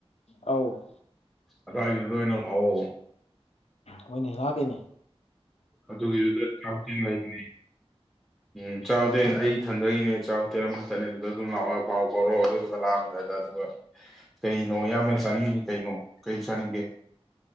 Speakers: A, on the left; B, in the centre.
A: ꯑꯧ
B: ꯑꯗꯥꯏꯒꯤꯗꯨꯗ ꯑꯣꯏꯅ ꯂꯥꯛꯑꯣ
A: ꯍꯣꯏꯅꯦ ꯂꯥꯛꯀꯦꯅꯦ
B: ꯑꯗꯨꯒꯤꯗꯨꯗ ꯆꯥꯛ ꯍꯣꯇꯦꯟ ꯂꯩꯔꯤꯌꯦ ꯎꯝ ꯆꯥꯛ ꯍꯣꯇꯦꯟ ꯑꯩ ꯏꯊꯟꯗꯒꯤꯅꯦ ꯆꯥꯛ ꯍꯇꯦꯟ ꯑꯃꯈꯛꯇꯅꯦ ꯑꯗꯨꯗ ꯑꯗꯨꯝ ꯂꯥꯛꯑꯣ ꯄꯥꯎ ꯐꯥꯎꯔꯣ ꯑꯗꯨꯗꯨꯒ ꯂꯥꯛꯑꯝꯗꯥꯏꯗ ꯑꯗꯨꯒ ꯀꯩꯅꯣ ꯏꯌꯥꯝꯕꯅ ꯆꯥꯅꯤꯡꯉꯤ ꯀꯩꯅꯣ ꯀꯩ ꯆꯥꯅꯤꯡꯒꯦ